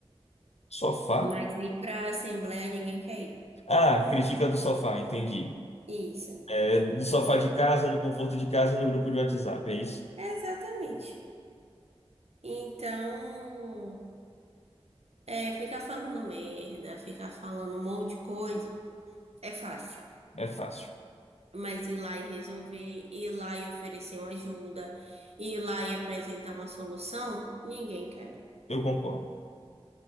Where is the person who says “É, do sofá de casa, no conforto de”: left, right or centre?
Left